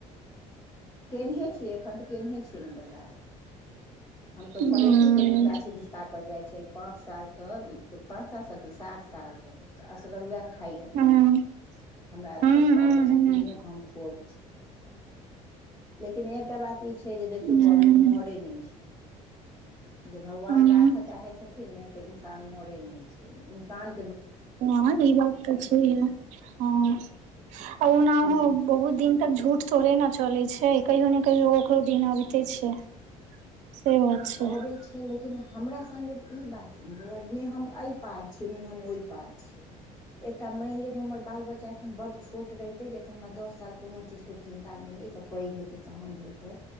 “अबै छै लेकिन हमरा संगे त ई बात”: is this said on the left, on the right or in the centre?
Left